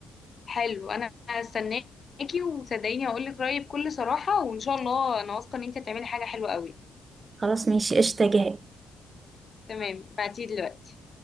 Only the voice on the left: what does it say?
حلو انا هستناكي وصدقيني هقول لك رايي بكل صراحه وان شاء الله انا واثقه ان انت هتعملي حاجه حلوه قوي
تمام بعتيه دلوقتي